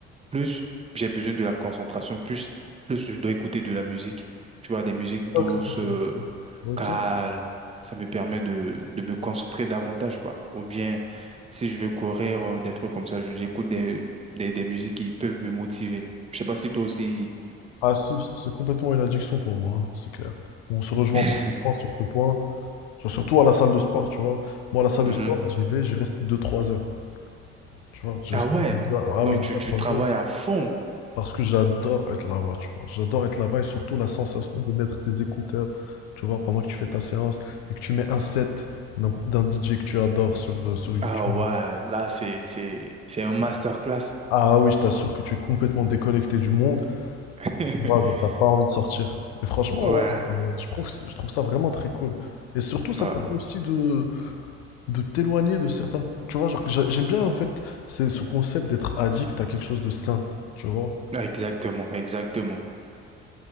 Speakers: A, on the right; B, on the left.
A: plus j'ai besoin de la concentration, plus, plus je dois écouter de la musique. Tu vois, des musiques
B: Ok.
A: douces, euh,
B: euh, Ok.
A: calmes, ça me permet de, de me concentrer davantage, quoi. Ou bien, si je veux courir, euh, des trucs comme ça, je- j'écoute des, des, des musiques qui peuvent me motiver. Je sais pas si toi aussi...
B: Ah si, c'est complètement une addiction pour moi, hein, c'est clair. On se rejoint
A: <laughs>
B: parfaitement sur ce point. Genre, surtout à la salle de sport, tu vois. Moi, à la salle
A: Mhm.
B: de sport, j'y vais, j'y reste deux trois heures. Tu vois, j'y
A: Ah
B: reste...
A: ouais,
B: Ah ah
A: donc
B: oui, deux
A: tu, tu
B: trois
A: travailles
B: heures.
A: à fond.
B: Parce que j'adore être là-bas, tu vois. J'adore être là-bas et surtout la sensation de mettre tes écouteurs, tu vois, pendant que tu fais ta séance et que tu mets un set d'un d'un DJ que tu adores sur, euh, sur YouTube.
A: Ah ouais, là, c'est, c'est, c'est un masterclass.
B: Ah oui, je t'assure que tu es complètement déconnecté du monde.
A: <laughs>
B: Tu vois, genre, t'as pas envie de sortir. Et franchement,
A: Ouais,
B: ouais, c'est- je trouve, je trouve ça vraiment très cool. Et surtout, ça
A: ouais.
B: te permet aussi de, de t'éloigner de certains. Tu vois, genre, j'a- j'aime bien en fait c'est ce concept d'être addict à quelque chose de sain. Tu vois?
A: Ah, Exactement, exactement.